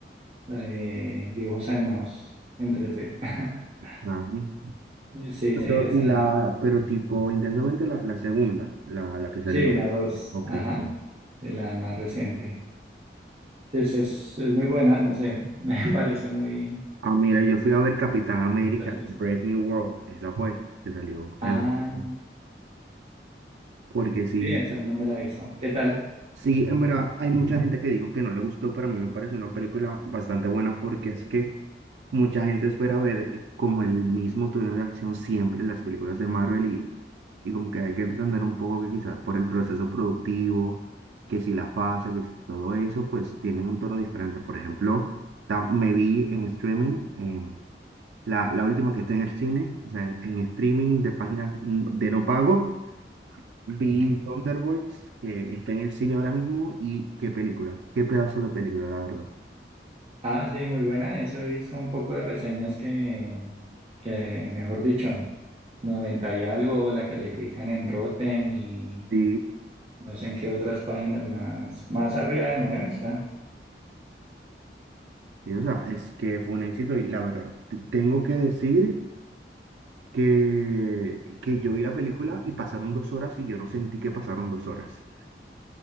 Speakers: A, on the right; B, on the right.
A: la de dibujos animados en 3D. <laughs>
B: la año,
A: Sí,
B: pero
A: sí, esa.
B: la, pero tipo, intensamente la, la segunda, la, la que salió.
A: Sí, la dos.
B: Ok,
A: Ajá.
B: bueno.
A: Sí, la más reciente. Sí, es, es, es muy buena, no sé. <laughs> Me parece muy
B: Ah, mira, yo fui a ver Capitán América,
A: graciosa.
B: Brave New World, esa fue, que salió en...
A: Ah,
B: febrero. Porque sí,
A: oye, esa no me la avisó. ¿Qué tal?
B: Sí, en verdad, hay mucha gente que dijo que no le gustó, pero a mí me pareció una película bastante buena porque es que mucha gente espera ver eh, como el mismo tono de acción siempre en las películas de Marvel y, y como que hay que entender un poco que quizás por el proceso productivo, que si la fase, que si todo eso, pues tienen un tono diferente. Por ejemplo, tam- me vi en streaming, em, la, la última que está en el cine, o sea, en, en streaming de páginas mm, de no pago. Vi
A: <laughs>
B: Thunderbolts, que está en el cine ahora mismo, y qué película, qué pedazo de película, la verdad.
A: Ah, sí, muy buena. Eso hizo un poco de reseñas que, que, mejor dicho, 90 y algo la califican en Rotten y
B: Sí,
A: no sé en qué otras páginas más, más arriba de 9 está.
B: sí, o sea, es que fue un éxito y la verdad, t- tengo que decir que, que yo vi la película y pasaron dos horas y yo no sentí que pasaron dos horas.